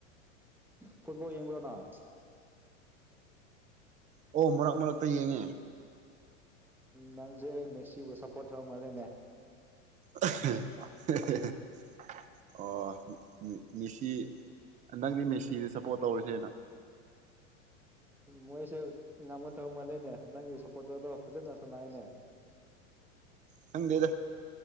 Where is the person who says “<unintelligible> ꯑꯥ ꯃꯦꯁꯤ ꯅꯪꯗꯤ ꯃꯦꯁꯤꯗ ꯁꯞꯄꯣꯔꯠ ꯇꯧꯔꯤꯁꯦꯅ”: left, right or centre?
Right